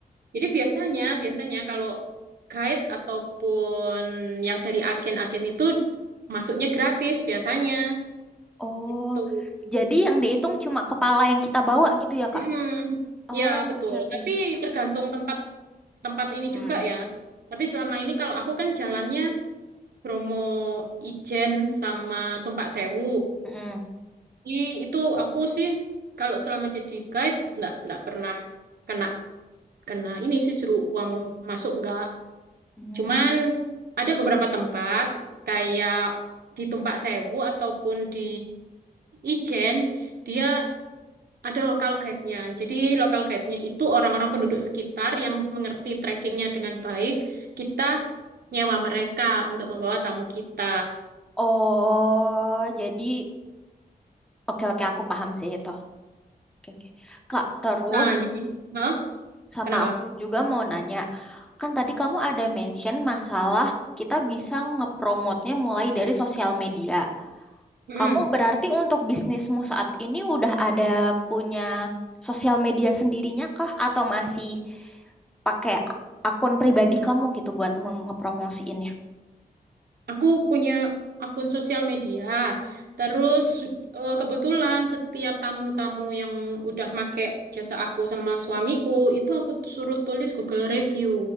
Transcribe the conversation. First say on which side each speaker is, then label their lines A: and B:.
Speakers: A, on the right (about 75°); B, in the centre.
A: jadi biasanya biasanya kalau guide ataupun yang dari agen-agen itu masuknya gratis biasanya
B: oh,
A: gitu
B: jadi yang dihitung cuma kepala yang kita bawa gitu ya,
A: Hmm,
B: Kak? Oh,
A: ya betul.
B: oke, oke.
A: Tapi tergantung tempat tempat ini
B: Hmm.
A: juga ya. Tapi selama ini kalau aku kan jalannya Bromo Ijen sama Tumpak Sewu.
B: Mm-mm.
A: Ih, itu aku sih kalau selama jadi guide nggak nggak pernah kena kena ini sih suruh uang masuk nggak.
B: Mm.
A: Cuman ada beberapa tempat kayak di Tumpak Sewu ataupun di Ijen dia ada lokal guide-nya. Jadi lokal guide-nya itu orang-orang penduduk sekitar yang mengerti trekkingnya dengan baik. Kita nyewa mereka untuk membawa tamu kita.
B: Oh, jadi Oke, oke, aku paham sih itu. Oke, oke. Kak, terus
A: Nah, jadi, Hah?
B: sama
A: Kenapa?
B: aku juga mau nanya. Kan tadi kamu ada mention masalah kita bisa ngepromotnya mulai dari sosial media.
A: Mm-mm.
B: Kamu berarti untuk bisnismu saat ini udah ada punya sosial media sendirinya kah? Atau masih pakai akun pribadi kamu gitu buat mengepromosiinnya?
A: Aku punya akun sosial media. Terus eh, kebetulan setiap tamu-tamu yang udah make jasa aku sama suamiku itu aku suruh tulis Google review.